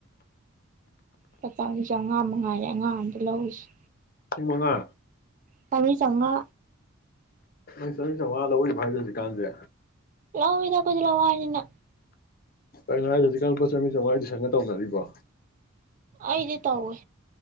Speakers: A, on the right; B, on the left.
A: <inaudible> ꯂꯧꯔꯤꯁꯦ
B: ꯂꯤꯁꯤꯡ ꯃꯉꯥ
A: ꯆꯥꯝꯃ꯭ꯔꯤ ꯆꯧꯉꯥ
B: ꯂꯨꯄꯥ ꯆꯥꯝꯃ꯭ꯔꯤ ꯆꯧꯉꯥ ꯂꯧꯔꯤꯕꯣ ꯍꯥꯏꯁꯦ ꯍꯧꯖꯤꯛ ꯀꯥꯟꯁꯦ
A: ꯂꯧꯏꯗ ꯑꯩ ꯈꯣꯏꯗꯤ ꯂꯋꯥꯏꯅꯤꯅ
B: ꯀꯩꯅꯣ ꯍꯥꯏꯁꯤꯕꯣ ꯍꯧꯖꯤꯛꯀꯥꯟ ꯂꯨꯄꯥ ꯆꯥꯝꯃ꯭ꯔꯤ ꯆꯥꯝꯃꯉꯥꯗ ꯇꯨꯏꯁꯟꯒ ꯇꯧꯅꯔꯤꯕ
A: ꯑꯩꯗꯤ ꯇꯧꯏ